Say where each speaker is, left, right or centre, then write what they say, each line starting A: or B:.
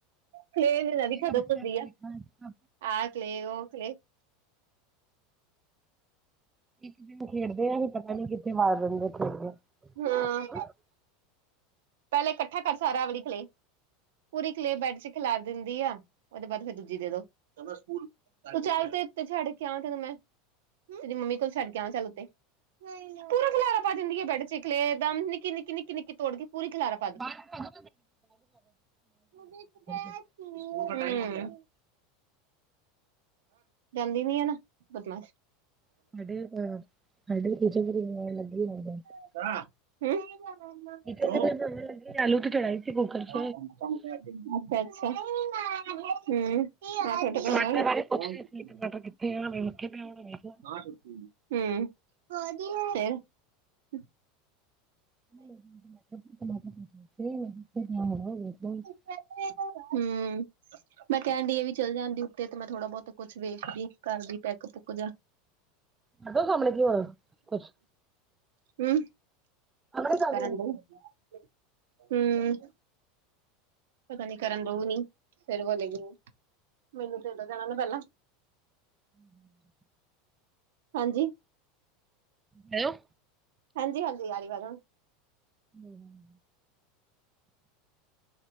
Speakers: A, on the right; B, on the right.
A: ਕਲੇਅ ਨਾਂ
B: ਮੇਰਾ
A: ਦੀ ਖਤਮ
B: ਬੱਚਿਆਂ
A: ਹੁੰਦੀ
B: ਨੂੰ
A: ਆ।
B: ਵੇਖਣਾ
A: ਆਹ ਕਲੇ ਉਹ ਕਲੇਹ।
B: ਇੱਕ ਦਿਨ ਖੇਡਦੇ ਆ ਵੀ ਪਤਾ ਨੀ ਕਿ- ਗੁੰਮਾ ਦਿੰਦੇ ਨੇ ਖੇਡ ਦੇ <unintelligible>
A: ਹਾਂ ਪਹਿਲੇ ਇਕੱਠਾ ਕਰ ਸਾਰਾ ਆਵਦੀ ਕਲੇਅ। ਪੂਰੀ ਕਲੇਅ ਬੈਡ ਚ ਖਿਲਾਰ ਦਿੰਦੀ ਆ। ਉਹਦੇ ਬਾਅਦ ਫਿਰ ਦੂਜੀ ਦੇ ਦੋ। ਤੂੰ ਚੱਲ ਤੇ ਛੱਡ ਕੇ ਆਵਾਂ ਤੇੈਨੂੰ ਮੈਂ। ਤੇਰੀ ਮੰਮੀ ਕੋਲ ਛੱਡ ਕੇ ਆਵਾਂ ਚੱਲ ਉੱਤੇ। ਪੂਰਾ ਖੁਲਾਰਾ ਪਾ ਦਿੰਦੀ ਹੈ ਬੈਠ 'ਚ ਏ ਕਲੇਅ ਦਾ ਨਿੱਕੀ, ਨਿੱਕੀ, ਨਿੱਕੀ, ਨਿੱਕੀ ਤੋੜ ਕੇ ਪੂਰੀ ਖਲਾਰਾ
B: ਬਾਹਰ ਬਠਾ
A: ਹੂੰ
B: <unintelligible>
A: <unintelligible> ਜਾਂਦੀ ਨੀ ਆ ਨਾ ਬਦਮਾਸ਼।
B: <unintelligible>
A: <inaudible>
B: ਕਿਚਨ
A: ਅੱਛਾ-
B: ਦੇ ਵਿੱਚ ਰੋਣ ਲੱਗੀ ਹੋਈ ਹੈ। ਆਲੂ ਤੇ ਚੜਾਈ ਸੀ ਕੁੱਕਰ ਚ
A: ਅੱਛਾ, ਹਮ। <unintelligible>
B: ਟਮਾਟਰ ਬਾਰੇ ਪੁੱਛ ਰਹੀ ਸੀ ਟਮਾਟਰ ਕਿੱਥੇ
A: ਹਮ
B: ਆ ਮੈਂ ਮੱਖੇ ਪਿਆ ਹੋਣਾ ਵੇਖ ਲਾ
A: ਫਿਰ ਹਮ।
B: <inaudible>
A: ਹਮ ਮੈਂ ਕਹਿਣ ਡਈ ਇਹ ਵੀ ਚਲ ਜਾਂਦੀ ਉੱਤੇ ਤੇ ਮੈਂ ਥੋੜਾ ਬਹੁਤ ਕੁੱਛ ਵੇਖਦੀ ਘਰ ਦੀ ਪੈਕ ਪੁੁੱਕ ਜਾ।
B: ਕਰਦੋ ਸਾਹਮਣੇ ਕੀ ਹੋਣਾ ਕੁਛ।
A: ਹਮ
B: ਸਾਹਮਣੇ ਕਰ
A: ਕਰਨ ਦੋ ਹਮ ਪਤਾ ਨੀ ਕਰਨ ਦਊ ਨੀ ਫਿਰ ਬੋਲੇ ਉ। ਮੈਨੂੰ ਤੇ ਦਾਂ ਜਾਣਾ ਨਾ ਪਹਿਲਾਂ।
B: ਹਮ।
A: ਹਾਂਜੀ।
B: ਹੈਲੋ।
A: ਹਾਂਜੀ ਹਾਂਜੀ। ਆ ਰਹੀ ਵਾਜ਼।
B: ਹਮ।